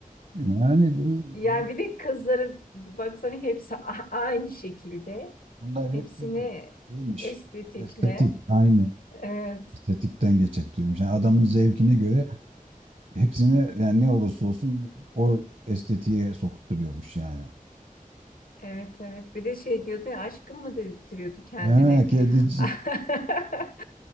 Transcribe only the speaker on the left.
Yani
bir de kızları baksana hepsi a- aynı şekilde.
Hepsini
estetikle
e,
Evet evet bir de şey diyordu ya aşkım mı dedirtiyordu kendine.
<laughs>